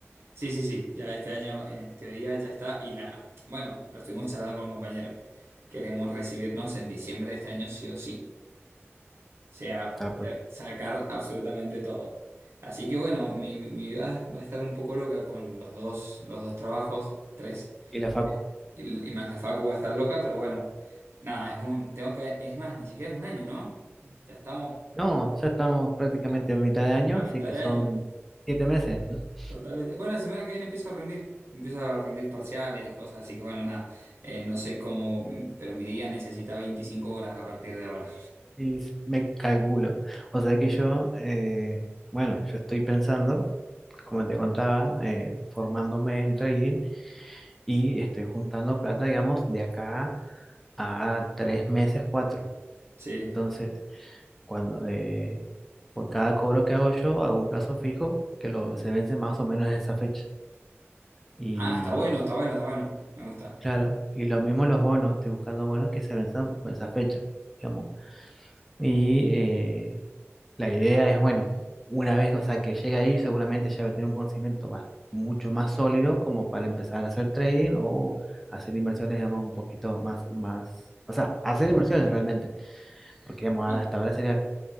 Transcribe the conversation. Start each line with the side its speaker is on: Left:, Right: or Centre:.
Right: Sí, sí, sí, ya este año en teoría ya está y la, bueno, lo estuvimos charlando con un compañero. Queremos recibirnos en diciembre de este año sí o sí. O sea,
Centre: Está per-
Right: sacar absolutamente todo. Así que bueno, mi, mi vida va a estar un poco loca con los dos, los dos trabajos, tres.
Centre: Y la facu.
Right: Y, y más la facu va a estar loca, pero bueno, nada, es un, tengo que, es más, ni siquiera es un año, ¿no? Ya estamos
Centre: No, ya estamos prácticamente
Right: a,
Centre: a mitad de año,
Right: a
Centre: así
Right: mitad
Centre: que
Right: de
Centre: son
Right: año.
Centre: siete meses. <laughs>
Right: Totalmente. Bueno, la semana que viene empiezo a rendir. Empiezo a rendir parciales y cosas, así que bueno, nada. Eh, no sé cómo, pero mi día necesita 25 horas a partir de ahora.
Centre: Y s- me calculo. O sea que yo, eh, bueno, yo estoy pensando, como te contaba, eh, formándome en trading y estoy juntando plata, digamos, de acá a tres meses, cuatro.
Right: Sí.
Centre: Entonces, cuando eh, por cada cobro que hago yo, hago un plazo fijo que lo, se vence más o menos en esa fecha. Y
Right: Ah, está bueno, está bueno, está bueno. Me gusta.
Centre: claro, y lo mismo los bonos, estoy buscando bonos que se venzan por esa fecha, digamos. Y eh, la idea es, bueno, una vez, o sea, que llegue ahí, seguramente ya va a tener un conocimiento más- mucho más sólido como para empezar a hacer trading o hacer inversiones, digamos, un poquito más, más, o sea, hacer inversiones realmente, porque digamos,
Right: Y
Centre: ahora- hasta ahora sería,